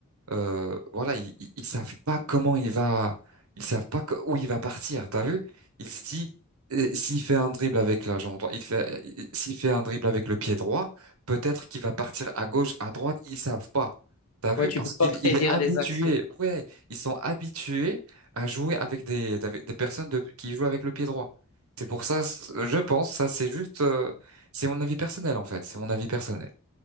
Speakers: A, on the right; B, on the left.
A: euh, voilà, ils, ils ils savent pas comment il va, ils savent pas co- où il va partir. T'as vu? Il se dit, euh, s'il fait un dribble avec la jambe droite, il fait, il- s'il fait un dribble avec le pied droit, peut-être qu'il va partir à gauche, à droite. Ils savent pas. T'as vu?
B: Ouais, tu
A: Parce
B: peux pas
A: qu'il,
B: prédire
A: il est habitué.
B: les actions.
A: Ouais, ils sont habitués à jouer avec des, avec des personnes de- qui jouent avec le pied droit. C'est pour ça, c- je pense, ça c'est juste, euh, c'est mon avis personnel en fait. C'est mon avis personnel.